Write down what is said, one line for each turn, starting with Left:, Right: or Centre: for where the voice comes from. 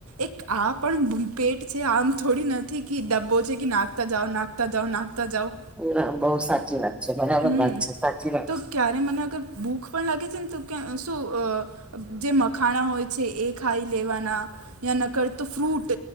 Right: એક આ પણ પેટ છે આમ થોડી નથી કે ડબ્બો છે કે નાખતા જાઓ નાખતા નાખતા જાઓ નાખતા જાઓ.
Centre: ના બહુ સાચી વાત છે બરાબર
Right: હમ
Centre: વાત છે. સાચી વાત
Right: તો
Centre: છે.
Right: ક્યારે મને અગર ભૂખ પણ લાગે છે. ને તો કે શું અ જે મખાણા હોય છે એ ખાઈ લેવાના. યા નકરતો ફ્રૂટ